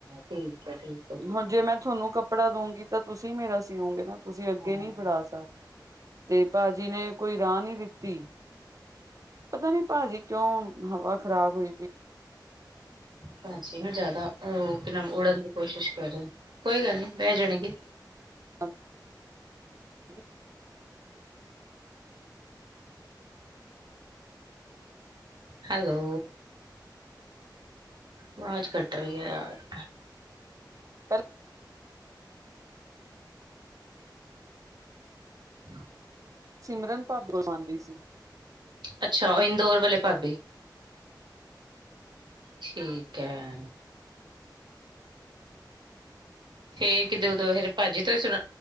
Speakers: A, on the right; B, on the right.
A: ਠੀਕ ਹੈ ਠੀਕ ਹੈ ਠੀਕ
B: ਹੁਣ ਜੇ
A: ਹੈ
B: ਮੈਂ ਤੁਹਾਨੂੰ ਕੱਪ ਕਪੜਾ ਦਊਗੀ ਤਾਂ ਤੁਸੀਂ ਮੇਰਾ ਸੀਓਗੇ ਨਾ ਤੁਸੀਂ
A: ਹਾਂ
B: ਅੱਗੇ ਨਹੀਂ ਫੜਾ ਸਕਦੇ ਤੇ ਭਾਜੀ ਨੇ। ਕੋਈ ਰਾਹ ਨੀ ਦਿੱਤੀ ਪਤਾ ਨੀ ਭਾਜੀ ਕਿਉਂ ਹਵਾ ਖ਼ਰਾਬ ਹੋਈ
A: ਭਾਜੀ ਨਾ ਜਿਆਦਾ ਉਹ ਕੀ ਨਾਮ ਉੜਨ ਦੀ ਕੋਸ਼ਿਸ਼ ਕਰ ਰਹੇ ਨੇ, ਕੋਈ ਗੱਲ ਨਹੀਂ ਬਹਿ ਜਾਣੇਗੇ।
B: ਹਠ <unintelligible>
A: ਹੈਲੋ। ਆਵਾਜ਼ ਕੱਟ ਰਹੀ ਹੈ ਯਾਰ।
B: ਪਹਿਲਾਂ
A: ਹ
B: ਸਿਮਰਨ ਭ ਗੁਰਵਾਨਦੀ ਸੀ।
A: ਅੱਛਾ ਉਹ ਇੰਦੋੌਰ ਵਾਲੇ ਭਾਬੀ। ਠੀਕ ਹੈ। ਫੇਰ ਕਿਦੋਂ ਦ ਫਿਰ ਭਾਜੀ ਤੋਂ ਹੀ ਸੁਣਾ।